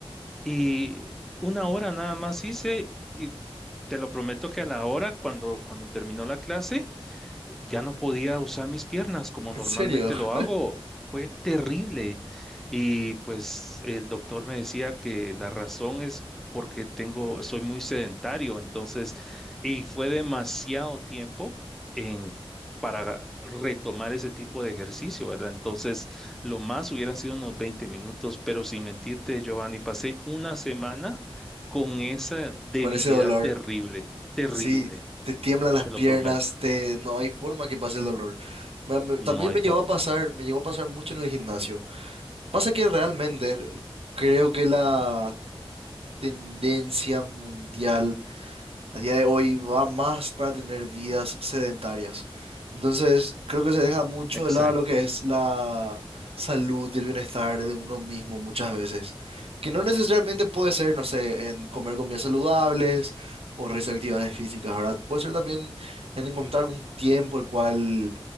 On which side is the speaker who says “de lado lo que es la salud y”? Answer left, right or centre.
Right